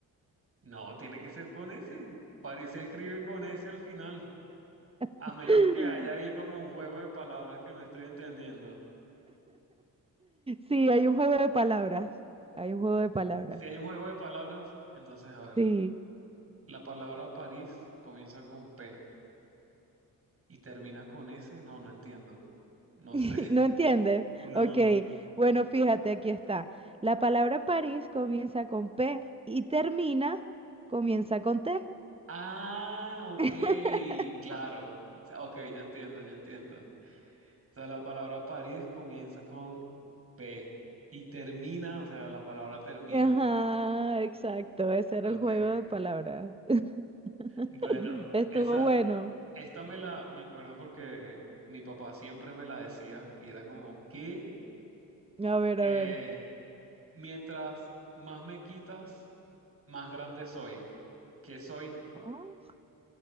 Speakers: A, on the right; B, on the right.
A: No, tiene que ser con ese. París se escribe con ese al final. A
B: <laughs>
A: menos que haya ahí como un juego de palabras que no estoy entendiendo.
B: Sí, hay un juego de palabras. Hay un juego de palabras.
A: Si hay un juego de palabras, entonces, a ver.
B: Sí.
A: La palabra París comienza con P y termina con S. No, no entiendo. No
B: <laughs>
A: sé. <laughs>
B: ¿No entiendes?
A: No.
B: Ok. Bueno, fíjate, aquí está. La palabra París comienza con P y termina, comienza con T.
A: Ah, ok,
B: <laughs>
A: claro. O sea, ok, ya entiendo, ya entiendo. O sea, la palabra París comienza con P y termina, o sea, la palabra termina.
B: Ajá, exacto. Ese era
A: Ok.
B: el juego de palabras. <laughs>
A: Bueno,
B: Estuvo
A: esa,
B: bueno.
A: esta me la, me acuerdo porque mi papá siempre me la decía y era como, ¿qué?
B: A ver,
A: Eh,
B: a ver.
A: Mientras más me quitas, más grande soy. ¿Qué soy?
B: Oh,